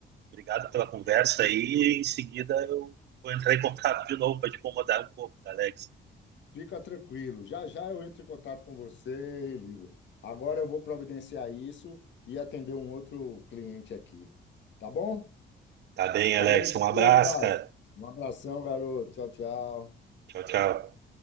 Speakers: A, on the right (about 60°); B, on the left (about 65°).
A: Obrigado pela conversa aí. E em seguida eu vou entrar em contato de novo para te incomodar um pouco, tá, Alex.
B: Fica tranquilo. Já já eu entro em contato com você e ligo. Agora eu vou providenciar isso e atender um outro cliente aqui. Tá bom?
A: Tá bem,
B: Valeu,
A: Alex.
B: Douglas.
A: Um abraço, cara.
B: Um abração, garoto. Tchau, tchau.
A: Tchau, tchau.